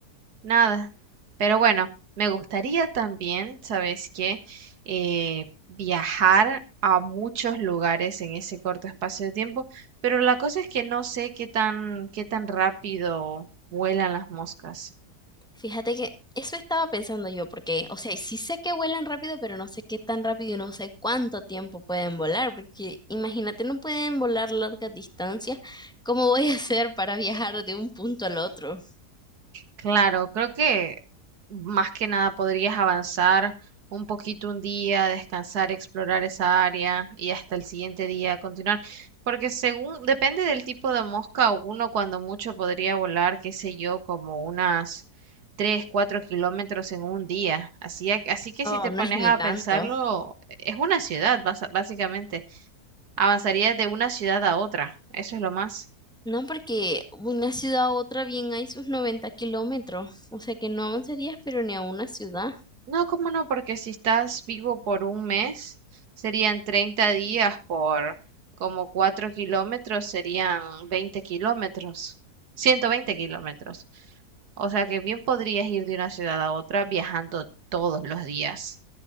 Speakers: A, on the right (about 75°); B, in the centre.
A: nada. Pero bueno, me gustaría también, ¿sabes qué? Eh, viajar a muchos lugares en ese corto espacio de tiempo, pero la cosa es que no sé qué tan, qué tan rápido vuelan las moscas.
B: Fíjate que eso estaba pensando yo, porque, o sea, sí sé que vuelan rápido, pero no sé qué tan rápido y no sé cuánto tiempo pueden volar, porque imagínate, no pueden volar largas distancias. ¿Cómo voy a hacer para viajar de un punto al otro?
A: Claro, creo que más que nada podrías avanzar un poquito un día, descansar, explorar esa área y hasta el siguiente día continuar, porque según depende del tipo de mosca, uno cuando mucho podría volar, qué sé yo, como unas 3, 4 kilómetros en un día. Así, a- así que
B: Oh,
A: si te
B: no
A: pones
B: es ni
A: a
B: tanto.
A: pensarlo, es una ciudad, basa- básicamente. Avanzarías de una ciudad a otra, eso es lo más.
B: No, porque una ciudad a otra bien hay sus 90 kilómetros, o sea que no avanzarías, pero ni a una ciudad.
A: No, cómo no, porque si estás vivo por un mes, serían 30 días por como 4 kilómetros, serían 20 kilómetros, 120 kilómetros. O sea que bien podrías ir de una ciudad a otra viajando todos los días.